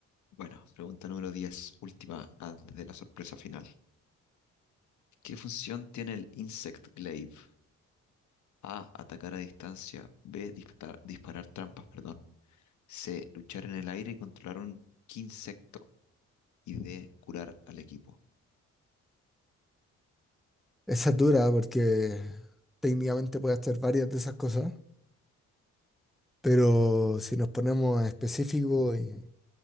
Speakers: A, on the left (about 70°); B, in the centre.
A: Bueno, pregunta número 10, última antes de la sorpresa final. ¿Qué función tiene el Insect Glaive? A, atacar a distancia. B, dispar- disparar trampas, perdón. C. Luchar en el aire y controlar un insecto. Y D. Curar al equipo.
B: Esa es dura porque técnicamente puede hacer varias de esas cosas, pero si nos ponemos específicos y